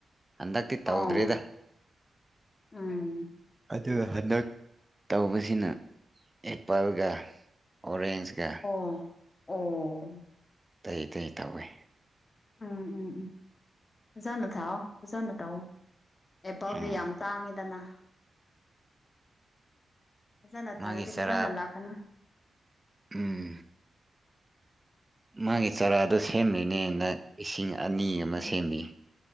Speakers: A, on the right; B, on the left.
A: ꯍꯟꯗꯛꯇꯤ ꯇꯧꯗ꯭ꯔꯦꯗ
B: ꯑꯣ ꯎꯝ
A: ꯑꯗꯨꯒ ꯍꯟꯗꯛ ꯇꯧꯕꯁꯤꯅ ꯑꯦꯄꯜꯒ ꯑꯣꯔꯦꯟꯖꯀ
B: ꯑꯣ ꯑꯣ
A: ꯇꯏ ꯇꯏ ꯇꯧꯋꯦ
B: ꯎꯝ ꯎꯝ ꯎꯝꯖꯥꯅ ꯊꯥꯎꯑꯣꯖꯥꯅ ꯇꯥꯎꯑꯣ ꯑꯦꯄꯜꯗꯤ
A: ꯎꯝ
B: ꯌꯥꯝ ꯇꯥꯡꯉꯤꯗꯅ ꯐꯖꯅ
A: ꯃꯥꯒꯤ
B: ꯊꯥꯔꯗꯤ
A: ꯆꯔꯥ
B: ꯐꯖꯅ ꯂꯥꯛꯀꯅꯤ
A: ꯎꯝ ꯃꯥꯒꯤ ꯆꯥꯔꯥꯗꯣ ꯁꯦꯝꯂꯤꯅꯦꯅ ꯏꯁꯤꯡ ꯑꯅꯤ ꯑꯃ
B: ꯎꯝ
A: ꯁꯦꯝꯃꯤ